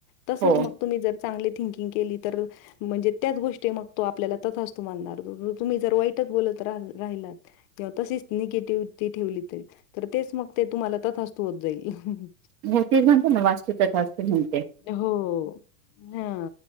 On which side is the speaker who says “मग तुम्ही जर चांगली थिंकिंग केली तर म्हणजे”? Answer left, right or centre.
Left